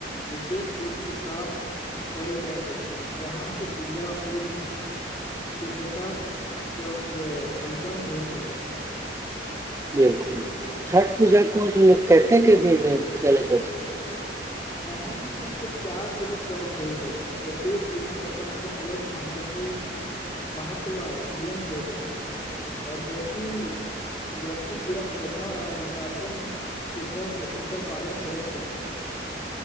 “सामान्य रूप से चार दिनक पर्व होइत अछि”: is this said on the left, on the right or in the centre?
Left